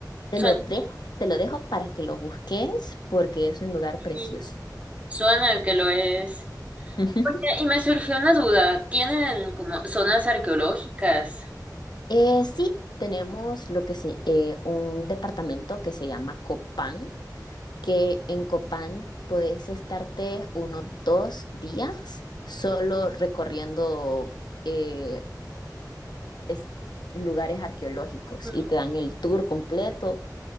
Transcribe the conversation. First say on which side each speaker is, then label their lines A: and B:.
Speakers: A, on the left; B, on the right.
A: Te
B: Suena,
A: lo dejo, te lo dejo para que lo busques porque es un lugar
B: sí,
A: precioso.
B: suena que lo es.
A: <laughs>
B: Oye, y me surgió una duda. ¿Tienen como zonas arqueológicas?
A: Eh, sí, tenemos lo que sí, eh, un departamento que se llama Copán, que en Copán puedes estarte unos dos días solo recorriendo eh, es- lugares arqueológicos
B: Ujú.
A: y te dan el tour completo